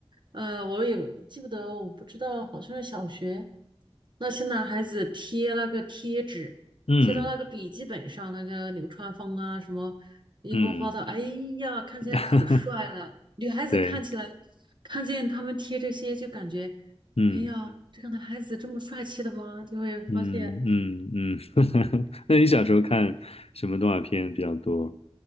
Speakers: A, on the right; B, on the left.
A: 呃，我也记不得，我不知道，好像是小学，那些男孩子贴那个贴纸，
B: 嗯
A: 贴到那个笔记本上，那个流川枫啊，什么樱木花道，
B: 嗯，
A: 哎呀，看起来可帅了。
B: <laughs>
A: 女孩子看起来，
B: 对，
A: 看见他们贴这些，就感觉，
B: 嗯。
A: 哎呀，这个男孩子这么帅气的吗？就会发现。
B: 嗯嗯嗯，<laughs> 那你小时候看什么动画片比较多？